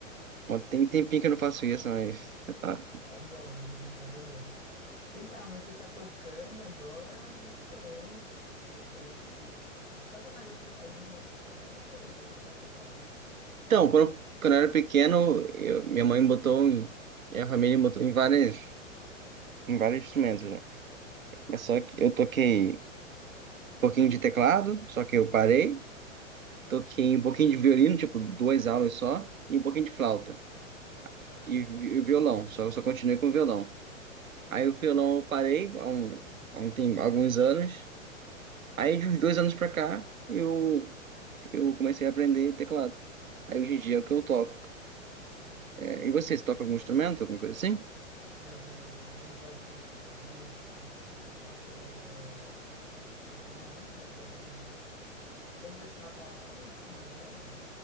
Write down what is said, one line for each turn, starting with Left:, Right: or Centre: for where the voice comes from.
Right: Bom,
Left: É
Right: tem um tempinho que eu não faço isso, mas. tá.
Left: é bom, de vez em quando é bom. Vem cá, mas você tá tocando agora? Muito bem. Gostei, gostei. Toca mais outro, algum outro instrumento ou ou só teclado?
Right: Então, quando, quando eu era pequeno, eu- minha mãe botou. em- Minha família me botou em várias, em vários instrumentos, né? Mas só que eu toquei um pouquinho de teclado, só que eu parei. Toquei um pouquinho de violino, tipo, duas aulas só, e um pouquinho de flauta.
Left: Ah,
Right: e
Left: velho.
Right: vi- violão, só, só continuei com violão. Aí o violão eu parei há, um, há um tem- alguns anos, aí de uns dois anos pra cá eu, eu comecei a aprender teclado. Aí hoje em dia é o que eu toco.
Left: Ah, muito
Right: É,
Left: legal.
Right: e você, você toca algum instrumento, alguma coisa assim?
Left: Não, não, não. Mas eu acho muito bonito quem toca, cara. É... Eu tenho uma vontade de aprender. Quando eu tava lá no ensino médio,